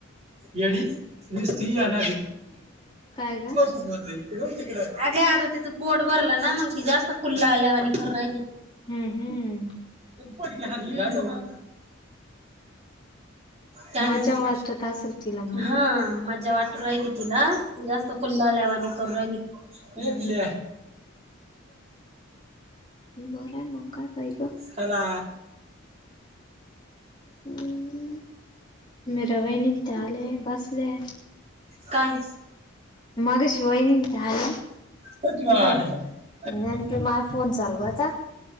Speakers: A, on the right (about 30°); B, on the left (about 20°).
A: येडी निस्ती त आण
B: काय ग?
A: अगे आता तिचं पोट भरलं ना मग ती जास्त कुल्ला आल्यावा आणि खर राहिली
B: हम्म हम्म
A: काय मामा काय
B: मजा
A: म्हणती
B: वाटत असेल तिला मग
A: हा मज्जा वाट राहिली तिला जास्त कुललायचानी करून राहिली
B: हम्म. बरं आहे मग काय पैक
A: हला
B: हम्म मरवईणी त्या आले बसले
A: काय
B: मगाशी वहिनींच्या आल्या
A: <unintelligible>
B: न ते माझ फोन चालू आता